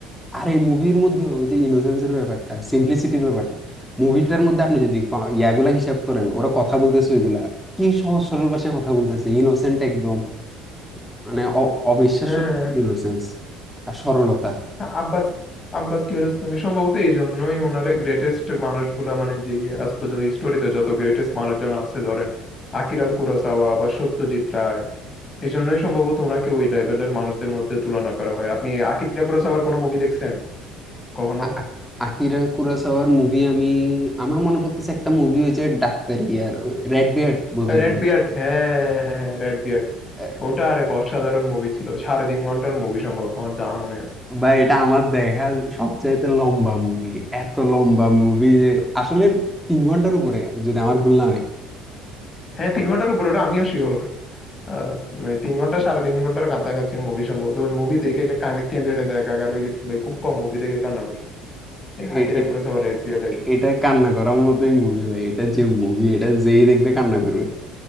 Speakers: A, in the centre; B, on the left.
A: আর এই মুভির মধ্যে ওই যে ইনোসেন্সের ব্যাপারটা সিম্পলিসিটির ব্যাপারটা মুভিটার মধ্যে আপনি যদি ক- ইয়াগুলা হিসাব করেন ওরা কথা বলতেছে ওইগুলা কি সহজ সরল ভাষায় কথা বলতেছে ইনোসেন্ট একদম মানে অ- অবিশ্বাস্য
B: হ্যাঁ
A: ইনোসেন্স আর সরলতা
B: না, আব্বাস আব্বাস কিয়ারোস্তামি সম্ভবত এই জন্যই ওনারে গ্রেটেস্ট মানুষগুলা মানে যে আজ পর্যন্ত স্টোরিতে যত গ্রেটেস্ট মানুষজন আছে ধরেন আকিরা কুরোসাওয়া বা সত্যজিৎ রায় এই জন্যই সম্ভবত ওনাকে ওই লেভেলের মানুষদের মধ্যে তুলনা করা হয় আপনি আকিরা কুরোসাওয়ার কোনো মুভি দেখছেন কখনো
A: আ- আ- আকিরা কুরাসাওয়ার মুভি আমি আমার মনে পড়তেছে একটা মুভি হয়েছে ডাক্তারি আর রেড বিয়ার্ড বোধহয়
B: রেড
A: movie
B: বিয়ার্ড হ্যাঁ রেড বিয়ার্ড
A: টা।
B: ওটা আরেক অসাধারণ মুভি ছিল সাড়ে তিন ঘন্টার মুভি সম্ভবত আমার যা মনে আছে
A: ভাই এটা আমার দেখা সবচাইতে লম্বা মুভি এত লম্বা মুভি যে আসলে তিন ঘন্টার উপরে যদি আমার ভুল না হয়
B: হ্যাঁ তিন ঘন্টার উপরে ওটা আমিও শিওর আহ মানে তিন ঘন্টা সাড়ে তিন ঘন্টার কাছাকাছি মুভি সম্ভবত ওই মুভি দেখে কান- কেঁদে টেঁদে একাকার হয়ে গেছি ভাই খুব কম মুভি দেখে কান্না করছি এ আকিরা
A: এ- এ-
B: কুরোসাওয়ার রেড বিয়ার্ড একজন
A: এ- এটা কান্না করার মতোই মুভি ভাই এটা যে মুভি এটা যেই দেখবে কান্না করবে